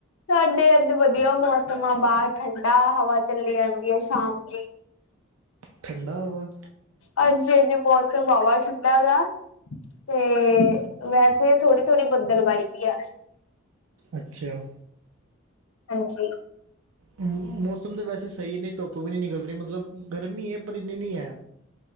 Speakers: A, on the left; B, on the right.
A: ਸਾਡੇ ਅੱਜ ਵਧੀਆ ਮੌਸਮ ਆ ਬਾਹਰ ਠੰਡਾ ਹਵਾ ਚੱਲੀ ਜਾਂਦੀ ਐ, ਸ਼ਾਮ ਦੀ‌।
B: ਠੰਡਾ ਵਾ।
A: ਹਾਂਜੀ-ਹਾਂਜੀ। ਮੌਸਮ ਵਾਵਾ ਠੰਡਾ ਗਾ। ਤੇ, ਵੈਸੇ ਥੋੜੀ-ਥੋੜ੍ਹੀ ਬੱਦਲਵਾਈ ਵੀ ਆ।
B: ਅੱਛਿਆ।
A: ਹਾਂਜੀ।
B: ਹੂ ਮੌਸਮ ਤਾਂ ਵੈਸੇ ਸਹੀ ਨਹੀਂ ਧੁੱਪ ਵੀ ਨੀ ਨਿਕਲ ਰਹੀ ਮਤਲਬ ਗਰਮੀ ਐ, ਪਰ ਇੰਨੀ ਨੀ ਐ।